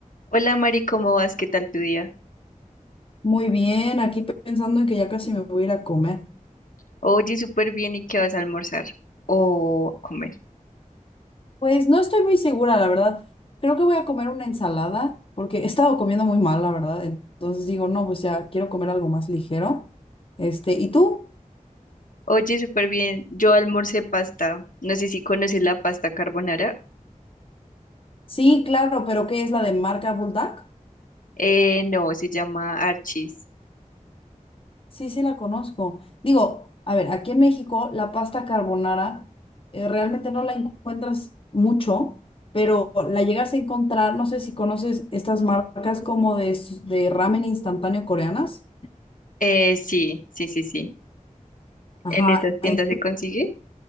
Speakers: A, on the left; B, on the left.
A: Hola Mari, ¿cómo vas? ¿Qué tal tu día?
B: Muy bien, aquí pensando en que ya casi me voy a ir a comer.
A: Oye, súper bien, ¿y qué vas a almorzar? O a comer.
B: Pues no estoy muy segura, la verdad. Creo que voy a comer una ensalada porque he estado comiendo muy mal, la verdad. Entonces digo, no, pues ya quiero comer algo más ligero. Este, ¿y tú?
A: Oye, súper bien, yo almorcé pasta. No sé si conoces la pasta carbonara.
B: Sí, claro, pero ¿qué es la de marca Bulldog?
A: Eh, no, se llama Archis.
B: Sí, sí la conozco. Digo, a ver, aquí en México la pasta carbonara eh, realmente no la encuentras mucho, pero la llegas a encontrar, no sé si conoces estas marcas como de, s- de ramen instantáneo coreanas.
A: Eh, sí, sí, sí, sí.
B: Ajá,
A: ¿En esas tiendas
B: en-
A: se consigue?